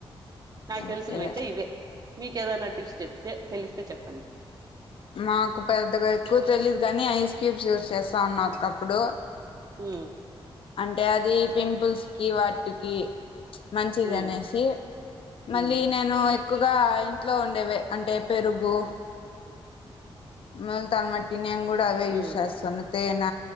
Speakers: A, on the right (about 40°); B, on the left (about 65°).
A: నాకు తెలిసినవి
B: ఓకే
A: అయితే ఇవే మీకేదన్నా టిప్స్ చెప్తే తెలిస్తే చెప్పండి
B: మాకు పెద్దగా ఎక్కువ్ తెలీదు గాని ఐస్ క్యూబ్స్ యూజ్ చేస్తా ఉన్నా ఒకప్పుడు
A: హు
B: అంటే అది పింపుల్స్ కి వాటికి మంచిది
A: ఉమ్
B: అనేసి మళ్ళీ
A: ఉమ్
B: నేను ఎక్కువగా ఇంట్లో ఉండేవే అంటే పెరుగు ముల్తాన్మట్టి నేను కూడా అవే యూస్
A: ఉమ్
B: చేస్తాను తేన